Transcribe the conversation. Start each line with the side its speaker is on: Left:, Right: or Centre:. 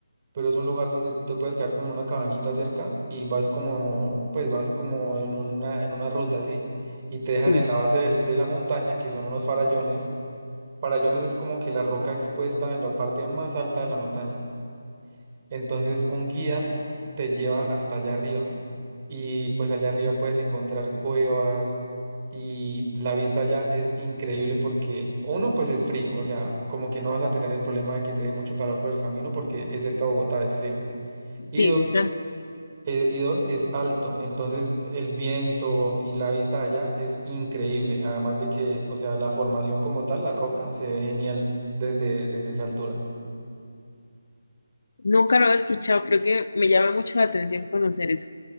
Right: pero es un lugar donde te puedes quedar como en una cabañita cerca y vas como, pues vas como en una, en una ruta, ¿sí? Y te dejan
Left: Sí,
Right: en la base del- de, la montaña, que son unos farallones. Farallones es como que la roca expuesta en la parte más alta de la montaña. Entonces un guía te lleva hasta allá arriba y pues allá arriba puedes encontrar cuevas y la vista allá es increíble porque uno pues es frío, o sea, como que no vas a tener el problema de que te dé mucho calor por el camino porque es cerca a Bogotá, es frío. Y
Left: sí,
Right: dos,
Left: nunca,
Right: eh, y dos es alto, entonces el viento y la vista allá es increíble, además de que, o sea, la formación como tal, la roca, se ve genial desde, desde esa altura.
Left: nunca lo he escuchado. Creo que me llama mucho la atención conocer eso.